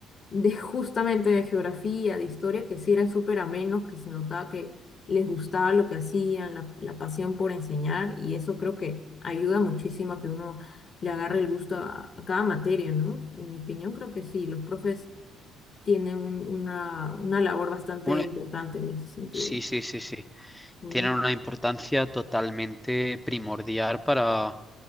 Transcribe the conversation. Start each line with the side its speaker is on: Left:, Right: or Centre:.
Left: de justamente de geografía, de historia, que sí eran súper amenos, que se notaba que les gustaba lo que hacían, la, la pasión por enseñar, y eso creo que ayuda muchísimo a que uno le agarre el gusto a, a cada materia, ¿no? En mi opinión, creo que sí, los profes tienen un- una, una labor bastante
Centre: wow.
Left: importante en ese sentido.
Centre: Sí, sí, sí, sí.
Left: Mm,
Centre: Tienen una importancia totalmente primordial para,